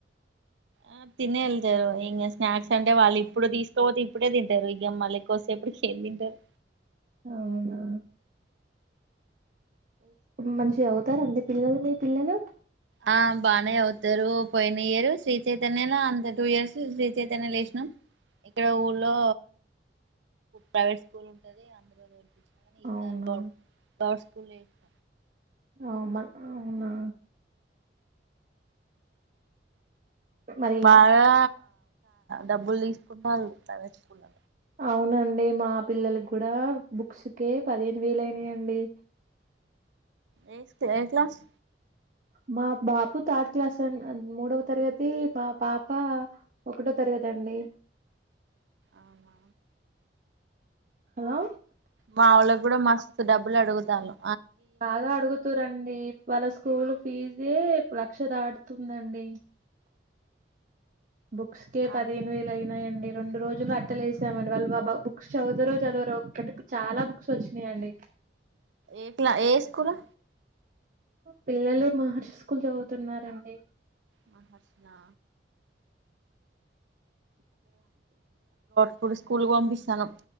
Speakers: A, on the right; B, on the right.
A: ఆహ్ తినే వెళ్తారు ఇంకా స్నాక్స్ అంటే వాళ్ళు ఇప్పుడు తీసుకపోతే ఇప్పుడే తింటారు ఇక మళ్ళీ కోసేపు. ఏం తింటారు.
B: అవునా. మంచిగా చదువుతారా అండి పిల్లలు మీ పిల్లలు.
A: ఆహ్ బానే చదువుతారు పోయిన ఇయరు శ్రీచైతన్య అంత టూ ఇయర్స్ శ్రీచైతన్యల ఎసీ ఇక్కడ ఊళ్లో ప్రైవేట్ స్కూల్ ఉంటది అందు ఈ
B: అవునా
A: సారి డౌట్ <unintelligible> స్కూళ్లో వేసిన.
B: ఆమ అవునా. మరి
A: బాగా డబ్బులు తీసుకుంటారు వాళ్లు ప్రైవేట్ స్కూల్లో.
B: అవునండి మా పిల్లలకి కూడా బుక్స్ కి పదిహేను వేలు అయినాయండి.
A: A A class.
B: మా బాపు థర్డ్ క్లాస్ అం అది మూడవ తరగతి మా పాప ఒకటో తరగతి. అండి.
A: అవునా.
B: హలో.
A: మా వాళ్ళకి కూడా మస్తు డబ్బులు అడుగుతాండ్రు.
B: బాగా అడుగుతుంరండి వాళ్ళ స్కూల్ ఫీజు. ఇదే లక్ష దాటుతుందండి. బుక్స్కే
A: ఆ
B: పదిహేను వేలు అయినయండి. ఈ రెండు రోజులు అట్టలేేసామండి వాళ్ళుబా బుక్స్ చదువుతరో చదువరో ఒకటి చాలా బుక్స్ వచ్చినాయండి.
A: ఎట్లా ఏ స్కూలా.
B: పిల్లలు మహర్షి స్కూల్ చదువుతున్నారండి.
A: మహర్షినా. ఇప్పుడు స్కూల్ కు పంపిస్తున్నాం